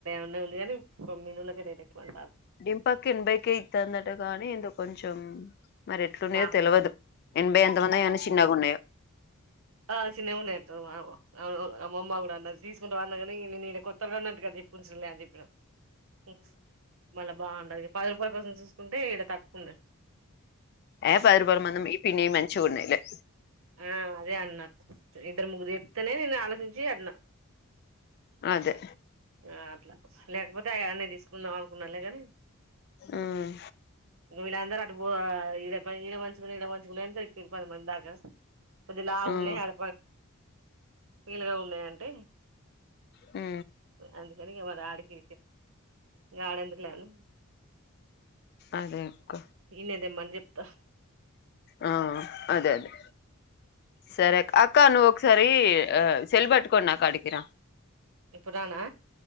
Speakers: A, on the right; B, on the left.
A: ఉంది గాని కొమ్మ వాళ్ళకే రేట్ ఎక్కువ అం
B: డింపక్ ఎపైకేతందట కానీ ఇ కొంచం మరి ఎట్లుండయదో
A: మా
B: తెలియదు ఎనభై వ ఎందల మంది అన్న చిన్నగా ఉన్నాయో
A: ఆ సిన్నగా ఉన్నాయ్ అత్తో మా అమ్మ కూడా అన్న తీసుకుంటే వాన్నా కాని నేను ఈడ కొత్త అన్నట్టుగాదా నేన్ ఎప్పుడు చూడాలే అని చెప్పినా మ్మ్ ప్చ్ మళ్ళమ్ బాగుండదు పది రూపాయ కోసం చూసుకుంటే ఇడ తక్కు ఉండ
B: ఏ పరుపురం మంద ఈ పిం మంచిగుంని లే
A: ఆ అదే అన్నారు ఇద్దరు ముగ్గురు చెప్తేనే నేను ఆలోచిం జయన్నా
B: అదే
A: ఆ అట్లా లేకపోతే అ అన్న తీసుకుందాం అనుకున్నాలేగాని
B: మ్మ్
A: ఇ వళ్ళందరూ ఇడ ఇ ఇడ మంచిగా ఇడ మంచిగ ఉన్నాయ్ <unintelligible> పది మందాక కొద్దిలావ్
B: మ్మ్
A: ఉన్నాయి ఆడ పీలుగా ఉన్నాయి అంటే
B: మ్
A: అందుకని వా ఆడికి ఇగ వడందుకే లే అను
B: అదే అక్క
A: ఇడే తీన్మాన్ చెప్తా
B: ఆ అదే అదే సరే అక్క అక్క నువ్ ఒకసారి ఆ చెల్బట్ కొన్నాకు అడుకిరా
A: ఇప్పుడు రానా